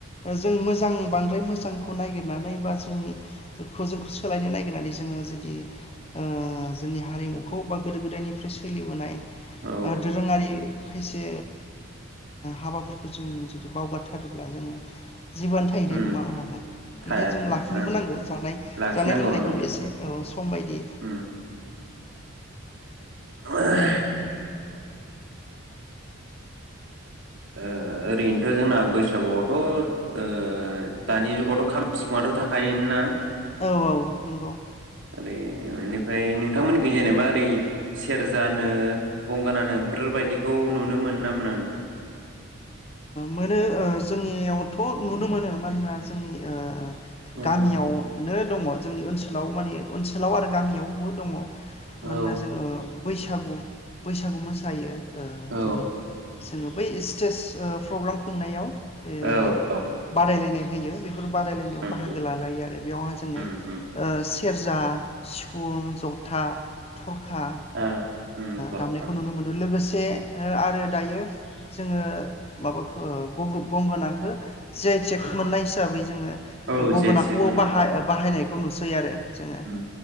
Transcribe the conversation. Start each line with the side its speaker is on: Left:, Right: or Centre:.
Left: जों मोजां बांद्राय मोजांखौ नागिरनानै बा जोंनि खौ जों सोलायनो नागिरनानै जोङो जुदि ओ जोंनि हारिमुखौ बा गोदो गोदायनिफ्राय सोलिबोनाय
Right: औ
Left: ओ दोरोङारि खायसे हाबाफोरखौ जों जुदि बावगारथारोब्ला जोङो जिबआनो थाहैनाय
Right: उम
Left: नङा उनावहाय
Right: थाया
Left: ओनिखायनो जों
Right: थाया
Left: लाखिनोबो
Right: ओं
Left: नांगौ जानाय जानाय
Right: लाखिनांगौ
Left: लोंनायखौबो
Right: ओं
Left: एसे सम बायदि
Right: उम ओ ओ ओरैनोथ' जोंना बैसागुआवथ' ओ दानि जुगावथ' खाम सिफुङाथ' थाखायोन ना
Left: औ औ नंगौ
Right: माने बेनिफ्राय नोंथांमोनख जेनेबा ओरै सेरजानो गंगोनानो बेफोरबायाददिखौ नुनो मोनो ना मोना नोंथां?
Left: मोनो जोंनियावथ' नुनो मोनो मानोना जोंनि ओ
Right: उम
Left: गामियाव नो दङ जोंनि ओनसोलाव माने ओनसोलाव आरो गामियाव बो दङ मानोना
Right: औ
Left: जोङो बैसागु बैसागु मोसायो ओ
Right: औ
Left: जेरै बे स्टेज ओ प्रग्राम खुंनायाव ए
Right: औ औ उम
Left: बादायलायनाय होयो बेखौ बेफोर बादायलायनायाव
Right: उम
Left: बाहागो लालायो आरो बेयावहा ओ जोङो
Right: उम उम
Left: सेरजा सिफुं जथा थरखा
Right: ओ उम थर
Left: दामनायखौ नुनो मोनो लोगोसे आरो दायो। जोङो माबाखौ गंगोनांखौ जियाय‌ टेक मोननाय हिसाबै जोङो
Right: औ
Left: गंगोनाखौबो
Right: जे सेक मोननाय
Left: बाहाय
Right: जाबाय
Left: बाहायनायखौ नुसै सै आरो जोङो
Right: उम